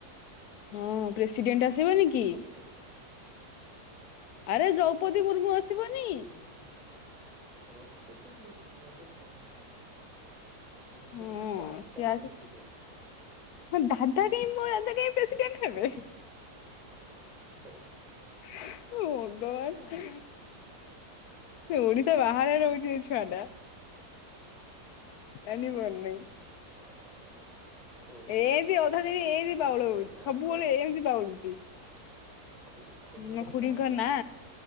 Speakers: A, on the left; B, in the centre.
A: ହଁ ପ୍ରେସିଡେଣ୍ଟ୍ ଆସିବନି
B: ପ୍ରେସିଡେଣ୍ଟ
A: କି?
B: <inaudible>
A: ଆରେ ଦ୍ରୌପଦୀ ମୁର୍ମୁ ଆସିବନି।
B: ହଁ ଯିବି <inaudible> ଦ୍ରୌପଦୀ ମୁର୍ମୁ ଗୋଟେ ହଁ ହଁ। ମୁଁ ଭାବିଲି
A: ହଁ
B: ଦାଦା
A: ସିଏ ଆସି
B: ପ୍ରେସିଡେଣ୍ଟ୍ ଅଛନ୍ତି।
A: ମୋ ଦାଦା କାଇଁ ମୋ ଦାଦା କାଇଁ ପ୍ରେସିଡେଣ୍ଟ୍ ହେବେ।
B: ହଁ।
A: ହେ ଭଗବାନ।
B: ହୁଁ,
A: ଓଡିଶା ବାହାରେ ରହୁଛି ଏ ଛୁଆ ଟା। ଜାଣିପାରୁନି।
B: ଚୋପ୍ ଆଉ କୋଉ
A: ଏମତି ଅଧା ଦିନରେ
B: ଖୁଡିଙ୍କର
A: ଏଇତି ଵାଉଳ ହଉଛି
B: ନାଁ
A: ସବୁବେଳେ
B: କଣ?
A: ଏମିତି ଵାଉଳୁଛି।
B: ଖୁ ଖୁଡିଙ୍କର
A: ମୋ ଖୁଡିଙ୍କ
B: କଣ?
A: ନାଁ